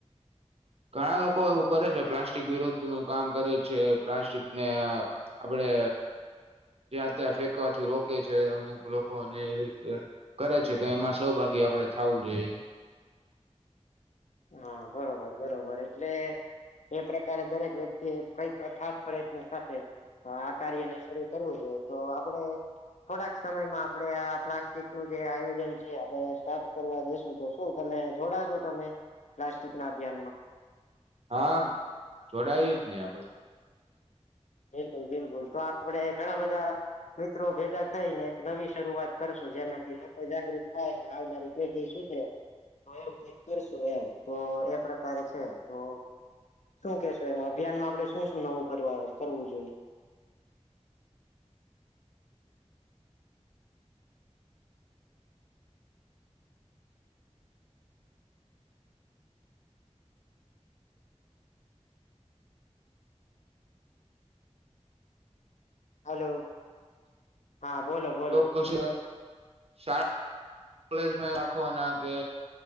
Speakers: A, on the right (about 60°); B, on the left (about 85°).
A: ઘણા લોકો એવું કરે છે પ્લાસ્ટિક વિરોધ નું કામ કરે છે પ્લાસ્ટિકને આપડે ત્યાં ત્યાં ફેંકવાથી રોકે છે અમુક લોકોને એ રીતે કરે છે તો એમાં સહભાગી આપડે થવું જોઈએ
B: હા બરોબર બરોબર એટલે એ પ્રકારે દરેક વ્યક્તિ એ કઈક અથાત પ્રયત્ન સાથે હ આ કાર્યને શરૂ કરવું જોઈએ તો આપડે થોડાક સમયમાં આપડે આ પ્લાસ્ટિક નું જે આયોજન છે આપ સ્ટાર્ટ કરવા જશું તો શું તમે જોડાશો તમે પ્લાસ્ટિક ના અભિયાનમાં
A: હા જોડાય જ ને આપડે
B: બિલકુલ બિલકુલ તો આપડે ઘણા બધા મિત્રો ભેગા થઈ ને એક નવી શરૂઆત કરશું જેનાથી લોકો જાગૃત થાયને આવનાર પેઢી સુધે તો એવું કઈક કરશું એમ તો એ પ્રકારે છે તો શું કેશો એમાં અભિયાનમાં આપડે શું શું નવું કરવા કરવું જોઈએ હેલો હા બોલો બોલો
A: કુસ શા કોલેજમાં રાખવાના કે